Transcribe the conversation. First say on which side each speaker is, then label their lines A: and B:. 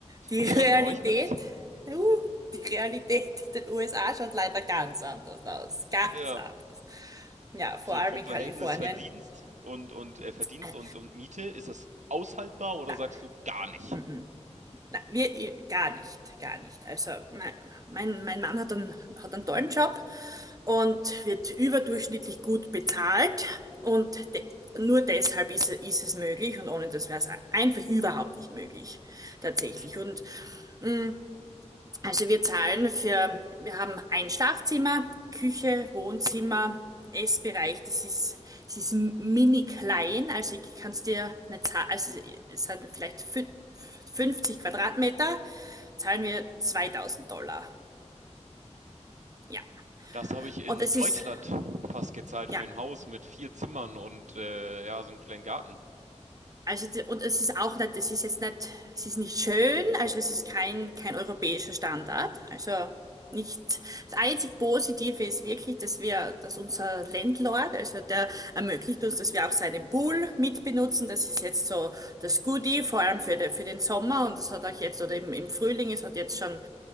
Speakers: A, on the right (about 30°); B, on the right (about 80°).
A: Die
B: Wie
A: Realität,
B: schaut es bei euch mit?
A: uh, die Realität in den USA schaut leider ganz anders aus. Ganz
B: Ja,
A: anders. Ja, vor
B: so
A: allem
B: vom
A: in
B: Verhältnis
A: Kalifornien.
B: Verdienst und, und äh, Verdienst
A: Äh,
B: und, und Miete, ist das aushaltbar oder
A: Na,
B: sagst du gar nicht?
A: mm, mm. Na, wir, gar nicht, gar nicht. Also mein, mein, mein Mann hat einen, hat einen tollen Job und wird überdurchschnittlich gut bezahlt und de nur deshalb ist, ist es möglich und ohne das wäre es einfach überhaupt nicht möglich, tatsächlich.
B: Mhm.
A: Und mh, also wir zahlen für, wir haben ein Schlafzimmer, Küche, Wohnzimmer, Essbereich. Das ist, es ist mini klein. Also ich kann es dir nicht zahlen. Also es sind vielleicht fün- 50 Quadratmeter, zahlen wir 2000 Dollar. Ja.
B: Das habe ich in
A: Und das
B: Deutschland
A: ist,
B: fast gezahlt
A: ja,
B: für ein Haus mit 4 Zimmern und, äh, ja, so einen kleinen Garten.
A: Also, d- und es ist auch nicht, es ist jetzt nicht, es ist nicht schön, also es ist kein, kein europäischer Standard. Also nicht, das einzig Positive ist wirklich, dass wir, dass unser Landlord, also der ermöglicht uns, dass wir auch seinen Pool mitbenutzen. Das ist jetzt so das Goodie, vor allem für, de, für den Sommer und das hat auch jetzt, oder im, im Frühling, es hat jetzt schon